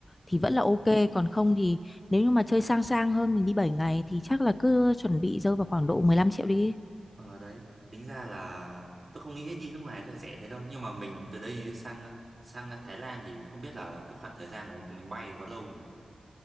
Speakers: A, on the left; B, on the right.
A: thì
B: Ừ.
A: vẫn là ok, còn không thì nếu như mà chơi sang sang hơn mình đi 7 ngày thì chắc là cứ chuẩn bị rơi vào khoảng độ 15 triệu đi.
B: Ờ đấy, tính ra là tôi không nghĩ đi nước ngoài lại rẻ thế đâu, nhưng mà mình từ đây sang sang Thái Lan thì không biết là cái khoảng thời gian mà mình bay thì có lâu nhỉ?